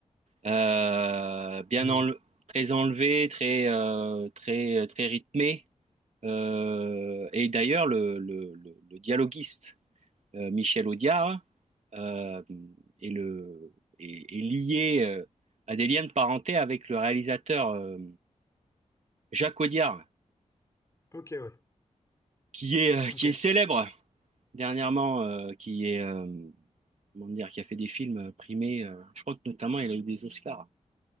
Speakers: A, on the right (about 60°); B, on the left (about 25°).
A: Euh, bien
B: Hmm.
A: enle- très enlevé, très euh, très très rythmé. Euh, et d'ailleurs, le, le, le- le dialoguiste euh, Michel Audiard euh, est le est, est lié euh, à des liens de parenté avec le réalisateur euh, Jacques Audiard,
B: Ok, ouais.
A: qui est
B: Ok.
A: euh, qui est célèbre dernièrement, euh, qui est euh, comment dire, qui a fait des films primés. euh, je crois que notamment il a eu des Oscars.